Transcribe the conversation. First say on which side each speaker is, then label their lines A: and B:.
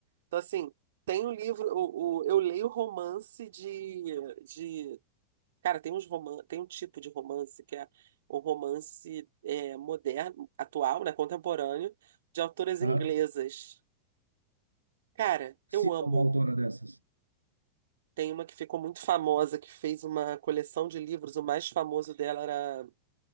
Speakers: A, on the right (about 60°); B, on the right (about 80°).
A: Então assim, tem um livro, o, o- eu leio romance de, de, cara, tem uns roman, tem um tipo de romance que é o romance é, moderno, atual, né, contemporâneo, de autoras inglesas.
B: Aham.
A: Cara,
B: Cita
A: eu amo.
B: uma autora dessas.
A: Tem uma que ficou muito famosa, que fez uma coleção de livros. O mais famoso dela era.